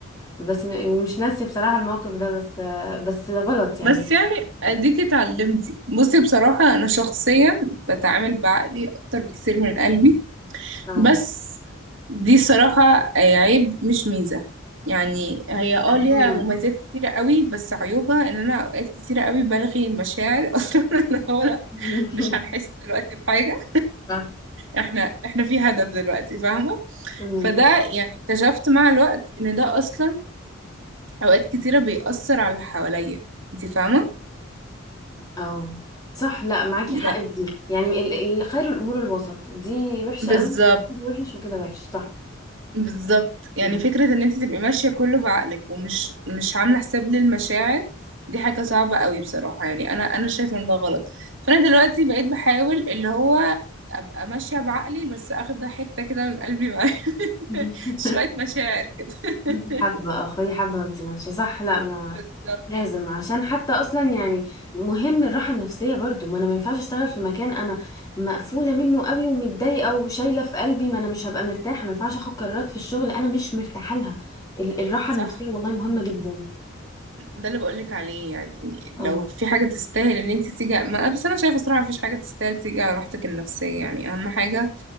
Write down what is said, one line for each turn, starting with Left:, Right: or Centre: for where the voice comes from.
Left: بس مش ناسيه بصراحه الموقف ده بس بس غلط يعني
Right: بس يعني اديكي اتعلمتي بصي بصراحة انا شخصيا بتعامل بعقلي اكتر بكتير من قلبي
Left: اه
Right: بس دي صراحة آه، عيب مش ميزة يعني هي اه
Left: احيانا
Right: ليها مميزات كتيرة قوي بس عيوبها ان انا اوقات كتيرة قوي بلغي مشاعر <laughs> اصلا ان هو لا
Left: <laughs>
Right: مش هنحس دلوقتي بحاجة
Left: صح
Right: احنا احنا في هدف دلوقتي فاهمة
Left: مم.
Right: فده يعني اكتشفت مع الوقت ان ده اصلا اوقات كتيرة بيأثر على اللي حواليا انت فاهمة؟
Left: اه صح لا معاكي
Right: يعني
Left: حق في دي يعني ال- ال- خير الامور الوسط دي وحشه
Right: بالظبط
Left: قوي وحش وكده وحش صح
Right: بالظبط يعني
Left: مم.
Right: فكرة ان انت تبقي ماشية كله بعقلك ومش مش عاملة حساب للمشاعر دي حاجة صعبة قوي بصراحة يعني انا انا شايفة ان ده غلط فانا دلوقتي بقيت بحاول اللي هو ابقى ماشية بعقلي بس اخد حتة كده من قلبي معايا <laughs>
Left: <laughs>
Right: شوية مشاعر كده
Left: خدي حبه
Right: <laughs>
Left: اه خدي حبه وانت ماشيه صح لا ما
Right: بالظبط
Left: لازم عشان حتى اصلا يعني مهم الراحه النفسيه برضو ما انا ما ينفعش اشتغل في مكان انا مقفوله منه قوي ومتضايقه وشايله في قلبي ما انا مش هبقى مرتاحه ما ينفعش اخد قرارات في الشغل انا مش مرتاحه لها ال- الراحه
Right: صح
Left: النفسيه والله مهمه جدا
Right: ده اللي بقولك عليه يعني لو
Left: اه
Right: في حاجة تستاهل ان انت تيجي ما بس انا شايفة صراحة مفيش حاجة تستاهل تيجي على راحتك النفسية يعني اهم حاجة